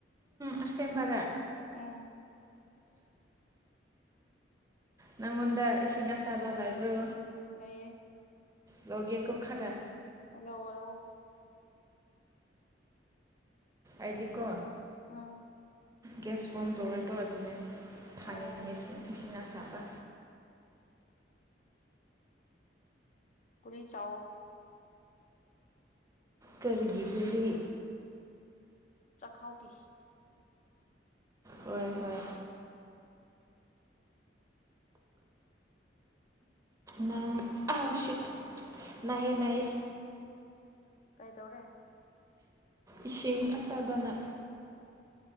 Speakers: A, on the right; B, on the left.
A: ꯎꯝꯁꯕꯔꯦ
B: ꯎꯝ
A: ꯅꯪꯉꯣꯟꯗ ꯏꯁꯤꯡ ꯑꯁꯥꯕ ꯂꯩꯥꯏꯕ꯭ꯔꯣ
B: ꯂꯩꯌꯦ
A: ꯂꯒꯀ ꯈꯔ
B: ꯍꯜꯂꯣ ꯍꯔꯣ
A: ꯑꯗꯤꯀꯣ
B: ꯑꯥ
A: ꯒ꯭ꯌꯥꯁ ꯐꯣꯝ ꯇꯧꯔꯦ ꯇꯧ ꯑꯗꯨꯅꯦ ꯊꯥꯅꯤꯅꯤꯁꯤꯡ
B: ꯑꯣ
A: ꯏꯁꯤꯡ ꯑꯁꯥꯕ
B: ꯒꯨꯂꯤ ꯆꯥꯎꯋꯣ
A: ꯀꯔꯤꯒꯤ ꯀꯜꯂꯤ
B: ꯆꯥꯛꯈꯥꯎꯒꯤ
A: ꯑꯣꯏꯔꯣꯏ ꯍꯣꯏ ꯅꯪ ꯎꯆꯠ ꯏꯦ ꯅꯥꯏꯌꯦ
B: ꯀꯩꯗꯧꯔꯦ
A: ꯏꯁꯤꯡ ꯑꯁꯥꯕꯅ